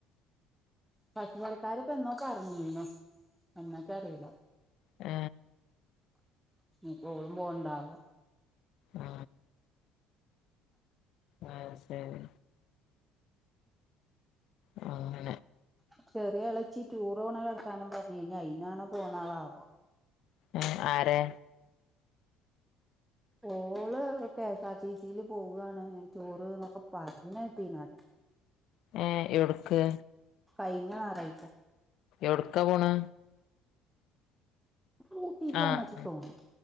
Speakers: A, in the centre; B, on the left (about 55°).
A: പശു പൽക്കാരൻ ഇപ്പോ എന്നൊക്കെ അറിഞ്ഞുന്നോ എന്നൊക്കെ അറിയൂലാ
B: ആ
A: ഇപ്പോ ഓളും പോകുന്നുണ്ടാവും
B: ആ ആ അത് ശരി ആ
A: ചെറിയ എളച്ചി ടൂറ് പോണ വർത്താനം പറഞ്ഞഞ് ഇനി അയി നാണോ പോന്നത് ആവോ
B: ആ ആരാ
A: ഓള് കെ എസ് ആർ ടി സിയില് പോവാണ് ടൂർന്നൊക്കെ പറയണേ കേട്ടീരുന്നു അതാ
B: ഏ എവിടക്ക്
A: കഴിഞ്ഞ ഞായറാഴ്ച്ച
B: എവിടെക്കാ പോണേ
A: ഊട്ടിക്കാന്ന
B: ആഹ്
A: വെച്ച തോന്നണേ